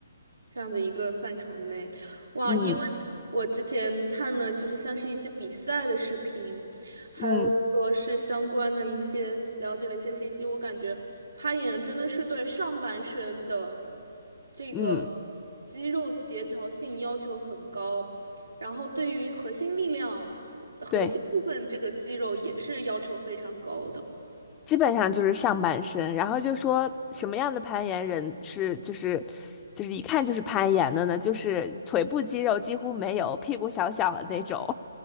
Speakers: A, on the right (about 85°); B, on the left (about 20°).
A: 这样的一个范畴内，哇！
B: 嗯
A: 因为我之前看了，就是像是一些比赛的视频，还有说是相关的一些了解了一些信息，
B: 嗯
A: 我感觉攀岩真的是对上半身的这个
B: 嗯，
A: 肌肉协调性要求很高，然后对于核心力量、核心部分这个肌肉也是要求非常高的。
B: 对，基本上就是上半身，然后就说什么样的攀岩人是就是就是一看就是攀岩的呢？就是腿部肌肉几乎没有，屁股小小的那种。